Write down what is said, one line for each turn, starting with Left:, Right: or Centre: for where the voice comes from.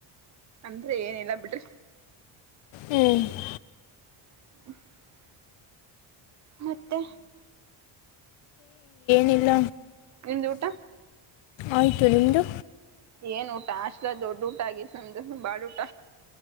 Right: ಅಂದ್ರೆ ಏನಿಲ್ಲ ಬಿಡ್ರಿ
Left: ಹ್ಞೂ
Right: ಷೂ ಮತ್ತೆ
Left: ಇಲ
Right: ನಿ್ದ ಊಟ
Left: ಆ್ತು ನಿಮದು
Right: ಏನ್ ಊಟ ಅಷ್ಟಲ ದೊಡ್ಡ ಊಟ ಆಗಿತ್ತು ನಮ್ದು ಬಾಳ ಊಟ